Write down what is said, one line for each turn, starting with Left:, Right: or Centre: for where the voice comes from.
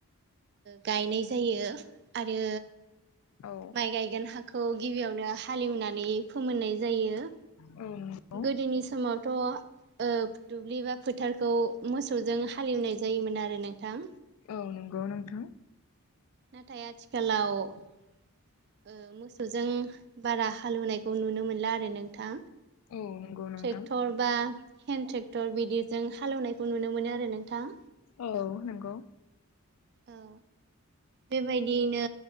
Right: गायनाय जायो आरो
Left: औ
Right: माइ गायगोन हाखौ गि बियावनो हालेवनानै फोमोननाय जायो
Left: औ नंगौ
Right: गोदोनि समाव। थ' ओ दुब्लि बा फोथारखौ मोसौजों हालेवनाय जायोमोन आरो नोंथां।
Left: औ नंगौ नोंथां
Right: नाथाय आथिखालाव ओ मोसौजों बारा हालोवनायखौ नुनो मोनला आरो नोंथां।
Left: औ नंगौ नोंथां
Right: ट्रेक्टर बा हेन्द ट्रेक्ट टर बिदिजों हालेवनायखौ नुनो मोनो आरो नोंथां।
Left: औ नंगौ।
Right: औ बेबायदियैनो